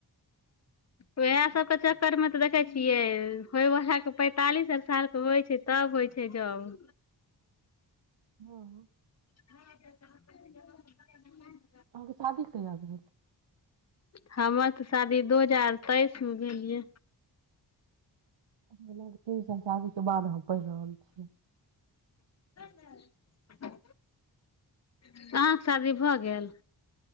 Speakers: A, on the left; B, on the right.
A: उएह सभके चक्करमे तऽ देखै छियै होयवलााके पैंतालिस सालके होइ छै तब होइ छै जब
B: हँ
A: <unintelligible>
B: अहाँके शादी कहिया भेल
A: हमर तऽ शादी दू हजार तेइस मे भेलियै
B: तीन साल शादि के बाद हम पढ़ि रहल छी
A: <inaudible> अहाँके शादी भऽ गेल